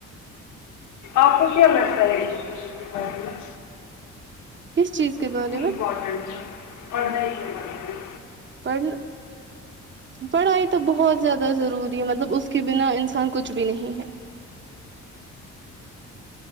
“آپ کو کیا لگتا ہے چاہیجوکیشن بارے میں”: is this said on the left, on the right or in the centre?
Left